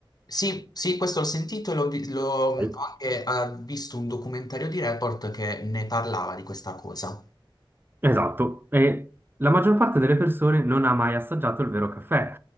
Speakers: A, on the left (about 45°); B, on the right (about 25°).
A: Sì, sì, questo l'ho sentito e l'ho vi- l'ho- ho anche
B: ok?
A: eh, visto un documentario di Report che ne parlava di questa cosa.
B: Esatto, e la maggior parte delle persone non ha mai assaggiato il vero caffè